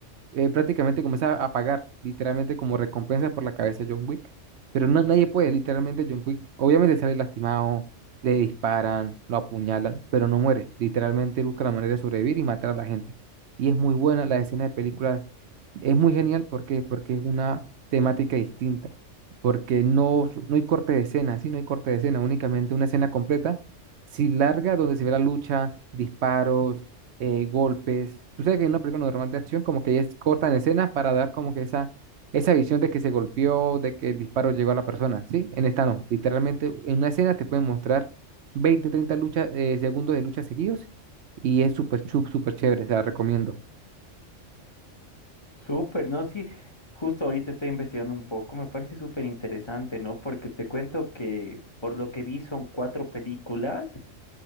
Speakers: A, on the right (about 65°); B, on the left (about 25°).
A: eh, prácticamente comienza a pagar, literalmente como recompensa por la cabeza de John Wick. Pero no, nadie puede, literalmente John Wick, obviamente sale lastimado, le disparan, lo apuñalan, pero no muere. Literalmente busca la manera de sobrevivir y matar a la gente. Y es muy buena la escena de película es muy genial porque, porque es una temática distinta, porque no, no hay corte de escena, sí, no hay corte de escena, únicamente una escena completa, sí larga, donde se ve la lucha, disparos, eh, golpes. Tú sabes que en una película normal de acción como que es corta en escena para dar como que esa, esa visión de que se golpeó, de que el disparo llegó a la persona, ¿sí? En esta no, literalmente en una escena te pueden mostrar 20 30 luchas, eh, segundos de lucha seguidos y es súper, chu- súper chévere, te la recomiendo.
B: súper, ¿no? Sí, justo ahorita estoy investigando un poco, me parece súper interesante, ¿no? Porque te cuento que por lo que vi son cuatro películas